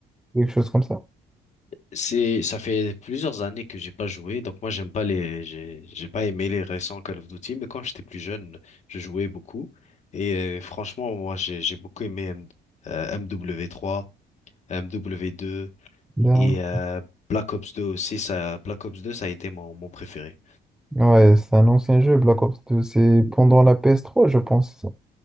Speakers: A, in the centre; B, on the left (about 45°).
A: quelque chose comme ça.
B: C'est, ça fait plusieurs années que j'ai pas joué, donc moi j'aime pas les, j'ai, j'ai pas aimé les récents Call of Duty, mais quand j'étais plus jeune, je jouais beaucoup. Et euh, franchement, moi j'ai, j'ai beaucoup aimé M, euh, MW3, MW2
A: Là.
B: et euh, Black Ops 2 aussi. Ça, Black Ops 2, ça a été mon, mon préféré.
A: Ouais, c'est un ancien jeu, Black Ops 2. C'est pendant la PS3, je pense. c'est ça.